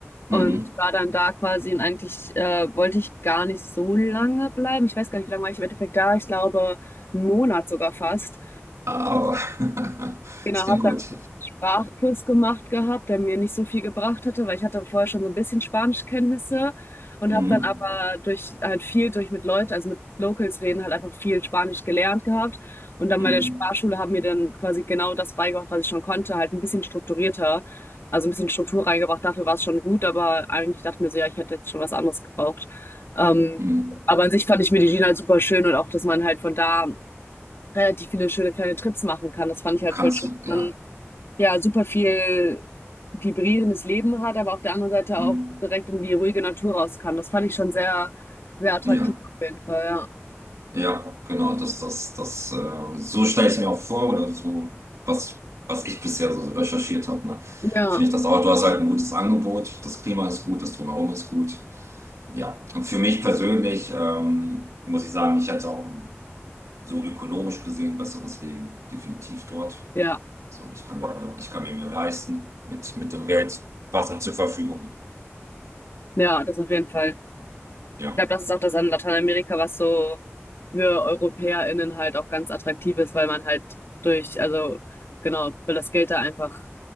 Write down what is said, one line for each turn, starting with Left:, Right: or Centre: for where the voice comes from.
Right: Mhm.
Left: und war dann da quasi und eigentlich äh, wollte ich gar nicht so lange bleiben. Ich weiß gar nicht, wie lange war ich im Endeffekt da. Ich glaube, einen Monat sogar fast.
Right: Oh. <laughs>
Left: Genau,
Right: Das klingt
Left: habe
Right: gut.
Left: dann Sprachkurs gemacht gehabt, der mir nicht so viel gebracht hatte, weil ich hatte vorher schon so ein bisschen Spanischkenntnisse und
Right: Mhm.
Left: habe dann aber durch halt viel durch mit Leuten, also mit Locals reden, halt einfach viel Spanisch gelernt gehabt. Und dann
Right: Mhm.
Left: bei der Sprachschule haben mir dann quasi genau das beigebracht, was ich schon konnte, halt ein bisschen strukturierter, also ein bisschen Struktur reingebracht. Dafür war es schon gut, aber eigentlich dachte ich mir so, ja, ich hätte jetzt schon was anderes gebraucht. Ähm,
Right: Mhm.
Left: aber an sich fand ich Medellin halt super schön und auch, dass man halt von da relativ viele schöne kleine Trips machen kann. Das fand ich halt
Right: Kannst
Left: voll schön.
Right: du, ja.
Left: Man ja super viel vibrierendes Leben hat, aber auf der anderen Seite
Right: Mhm.
Left: auch direkt in die ruhige Natur raus kann. Das fand ich schon sehr, sehr attraktiv
Right: Ja,
Left: auf jeden Fall, ja.
Right: ja, genau. Das, das, das, äh, so stelle ich es mir auch vor, oder so, was, was ich bisher so recherchiert habe, ne?
Left: Ja,
Right: Finde ich das auch. Du hast halt ein gutes Angebot, das Klima ist gut, das Drumherum ist gut. Ja, und für mich persönlich ähm, muss ich sagen, ich hätte auch so ökonomisch gesehen besseres Leben definitiv dort.
Left: ja,
Right: So, ich kann mir, ich kann mir mehr leisten mit, mit dem Geld, was er zur Verfügung.
Left: ja, das auf jeden Fall. Ich
Right: Ja,
Left: glaube, das ist auch das an Lateinamerika, was so für EuropäerInnen halt auch ganz attraktiv ist, weil man halt durch, also genau, weil das Geld da einfach,